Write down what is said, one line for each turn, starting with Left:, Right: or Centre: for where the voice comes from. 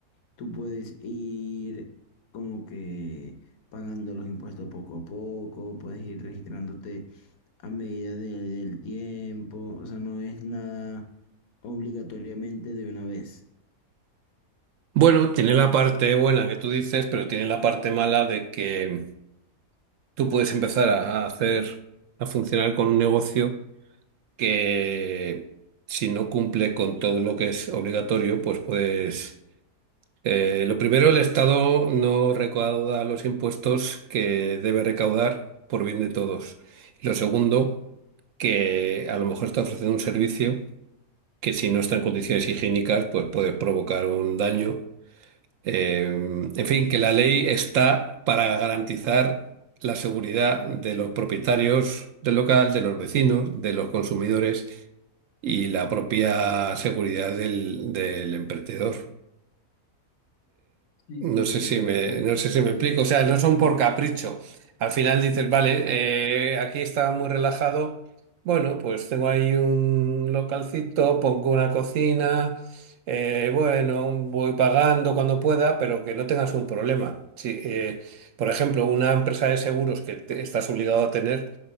Left: Tú puedes ir como que pagando los impuestos poco a poco, puedes ir registrándote a medida de- del tiempo, o sea, no es nada obligatoriamente de una vez.
Right: Bueno, tiene la parte buena que tú dices, pero tiene la parte mala de que tú puedes empezar a a hacer, a funcionar con un negocio que si no cumple con todo lo que es obligatorio, pues puedes Eh, lo primero, el Estado no recauda los impuestos que debe recaudar por bien de todos. Y lo segundo, que a lo mejor está ofreciendo un servicio que si no está en condiciones higiénicas, pues puede provocar un daño. Eh, en fin, que la ley está para garantizar la seguridad de los propietarios del local, de los vecinos, de los consumidores y la propia seguridad del, del emprendedor.
Left: Sí,
Right: No
Left: sí.
Right: sé
Left: Sí, claro.
Right: si me, no sé si me
Left: eh,
Right: explico. O sea, no son
Left: sí,
Right: por capricho. Al final dices, vale, eh, aquí está muy relajado. Bueno, pues tengo ahí un localcito, pongo una cocina. eh, bueno, voy pagando cuando pueda, pero que no tengas un problema. Si, eh, por ejemplo, una empresa de seguros que te- estás obligado a tener